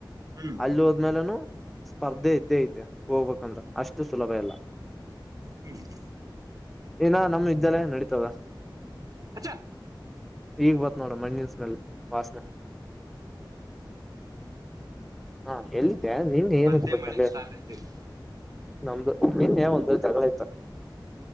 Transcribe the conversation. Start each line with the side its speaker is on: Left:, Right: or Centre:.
Right: ಹ್ಮ್
Centre: ಅಲ್ಲಿ ಹೋದ್ಮೇಲೆನು ಸ್ಪರ್ಧೆ ಇದ್ದೇ ಐತೆ ಹೋಗ್ಬೇಕಂದ್ರ ಅಷ್ಟು ಸುಲಭ ಇಲ್ಲ
Right: ಹ್ಮ್ ಹ್ಮ
Centre: ಏನ ನಮ ಇದ್ದಲ್ಲಏನ್ ನಡೀತದ
Right: ಅಚ್ಚಾ
Centre: ಈಗ ಬತ್ ನೋಡ ಮಣ್ಣಿನ ವಾಸನ ಹ ಎಲ್ಲಿ ನಿನ್ಗೆ ಏನಕ್ಕೆ
Right: ಮತ್ತೆ
Centre: ಗತ್ತ
Right: ಮಳೆ ಸ್ಟಾರ್ಟ್ ಆಯ್ತು ಇಲ್ಲಿ
Centre: ನಮ್ದು ನಿನ್ ಒಂದು